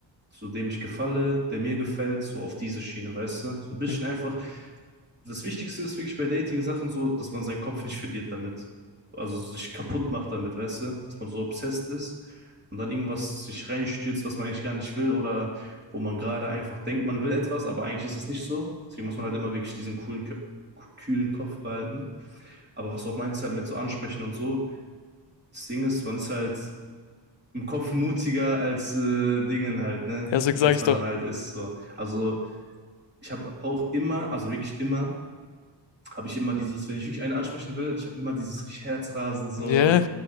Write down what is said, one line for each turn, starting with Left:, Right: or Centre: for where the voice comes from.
Right: so dem ich gefalle, der mir gefällt, so auf diese Schiene, weißt du? So ein bisschen
Left: hm.
Right: einfach. Das Wichtigste ist wirklich bei Dating-Sachen so, dass man seinen Kopf nicht verliert damit. Also sich kaputt macht damit, weißt du? Dass man so obsessed ist und dann irgendwas sich reinstürzt, was man eigentlich gar nicht will oder wo man gerade einfach denkt, man will etwas, aber eigentlich ist das nicht so. Deswegen muss man halt immer wirklich diesen coolen, Kö- kühlen Kopf behalten. Aber was du auch meinst halt mit so ansprechen und so, das Ding ist, man ist halt im Kopf mutiger als äh, Dingen halt, ne?
Left: Erstens
Right: Als
Left: sage ich
Right: man
Left: doch,
Right: dann halt ist. So. Also ich habe auch immer, also wirklich immer, habe ich immer dieses, wenn ich wirklich einen ansprechen will, ich habe immer dieses richtig Herzrasen, so,
Left: yeah,